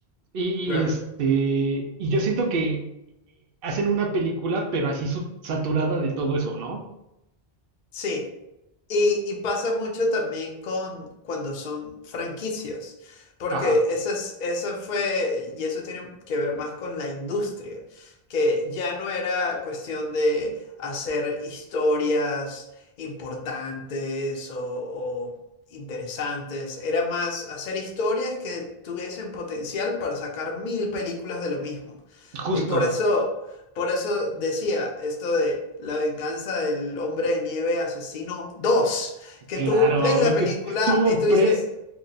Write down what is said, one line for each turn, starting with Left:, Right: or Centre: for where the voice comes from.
Right: Y,
Left: claro.
Right: y este, y yo siento que eh, hacen una película, pero así su- saturada de todo eso, ¿no?
Left: Sí. Y, y pasa mucho también con cuando son franquicias, porque
Right: Ajá,
Left: eso es, eso fue, y eso tiene que ver más con la industria, que ya no era cuestión de hacer historias importantes o, o interesantes, era más hacer historias que tuviesen potencial para sacar mil películas de lo mismo.
Right: justo.
Left: Y por eso... Por eso decía esto de la venganza del hombre de nieve asesino dos que
Right: Claro,
Left: tú ves la película
Right: que tuvo
Left: y tú dices,
Right: pre...